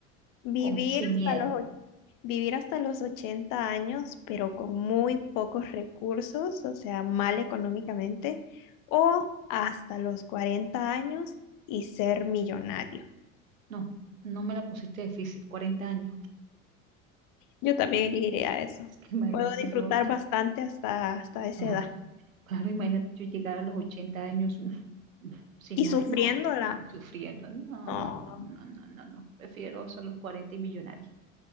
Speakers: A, on the left (about 55°); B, on the right (about 90°).
A: Vivir
B: con, sin
A: hasta
B: miedo.
A: los, och- vivir hasta los 80 años, pero con muy pocos recursos, o sea, mal económicamente, o hasta los 40 años y ser millonario.
B: No, no me la pusiste difícil, Cuarenta años.
A: Yo también elegiría
B: <laughs>
A: eso.
B: Es que imagínate
A: Puedo disfrutar
B: yo.
A: bastante hasta, hasta esa
B: Ah,
A: edad.
B: claro, imagínate yo llegar a los 80 años <laughs> sin,
A: Y sufriéndola.
B: ha- no, y sufriendo. No,
A: No.
B: no, no, no, no, no, no. Prefiero solo los 40 y millonarios.